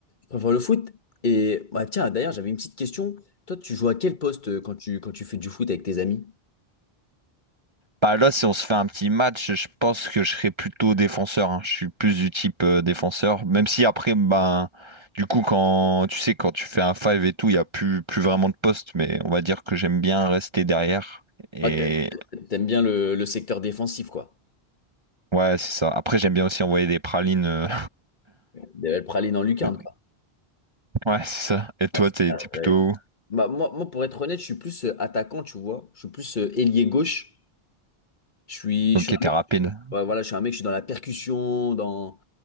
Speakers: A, on the left; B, on the right.
A: Enfin, le foot. Et bah, tiens, d'ailleurs, j'avais une petite question. Toi, tu joues à quel poste euh, quand tu, quand tu fais du foot avec tes amis?
B: Bah là, si on se fait un petit match, je pense que je serais plutôt défenseur. hein. Je suis plus du type euh, défenseur. Même si après, ben, du coup, quand tu sais, quand tu fais un five et tout, il n'y a plus, plus vraiment de poste. Mais on va dire que j'aime bien rester derrière. Et
A: Ah, t'a- t'aimes bien le, le secteur défensif, quoi.
B: ouais, c'est ça. Après, j'aime bien aussi envoyer des pralines. euh.
A: Des belles pralines en lucarne,
B: <laughs>
A: quoi.
B: Ouais, c'est ça. Et toi,
A: Bah, c'est
B: t'es
A: ça,
B: t'es plutôt.
A: ouais.
B: où
A: Bah, moi, moi, pour être honnête, je suis plus euh, attaquant, tu vois. Je suis plus euh, ailier gauche. Je suis,
B: Ok,
A: je suis
B: t'es rapide.
A: Ouais, voilà, je suis un mec, je suis dans la percussion, dans,